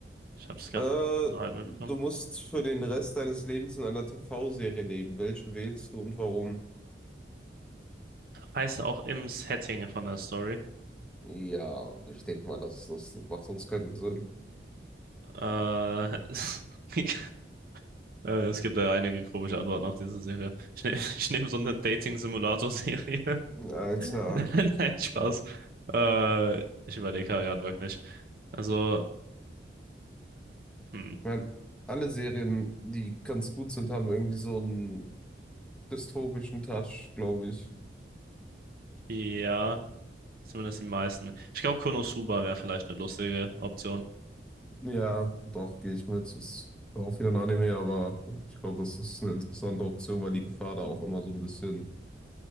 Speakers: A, on the right; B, in the centre.
A: Ich habe es gerade
B: Äh,
A: halt mitbekommen.
B: du musst für den Rest deines Lebens in einer TV-Serie leben. Welche wählst du und warum?
A: Heißt auch im Setting von der Story.
B: Ja, ich denke mal, das, das macht sonst keinen Sinn.
A: Äh, <laughs> Äh, Es gibt ja einige komische Antworten auf diese Serie. Ich, ne <laughs> ich nehme so eine Dating-Simulator-Serie.
B: Alter,
A: <laughs> Nein, Spaß. Äh, ich überlege gerade wirklich. Also, hm,
B: ich meine, alle Serien, die ganz gut sind, haben irgendwie so einen dystopischen Touch, glaube ich.
A: ja, zumindest die meisten. Ich glaube, Konosuba wäre vielleicht eine lustige Option.
B: Ja, doch, gehe ich mit. Ist auch wieder ein Anime, aber ich glaube, das ist eine interessante Option, weil die Gefahr da auch immer so ein bisschen,